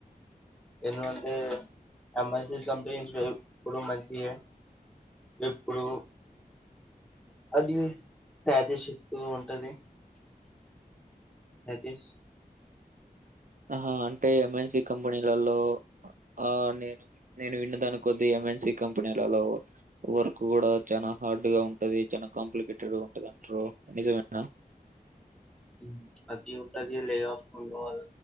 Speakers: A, in the centre; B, on the right.
A: ఎందుకంటే ఎమ్ ఎన్సీ కంపెనీస్ ఎప్పుడు మంచియే ఎప్పుడు అది పాదేశిప్పు ఉంటది నతిష్
B: ఆహ అంటే ఎంఎన్సి కంపెనీలల్లో ఆ నేను నేను విన్నదానికి కొద్ది ఎంఎన్సి కంపెనీలలో వర్క్ గుడా చాలా హార్డ్ గా ఉంటది చాల కాంప్లికేటెడ్గా ఉంటది అంటారు నిజమేనా
A: హుమ్ అది ఉంటది లేఆఫ్ ఉండం వల్ల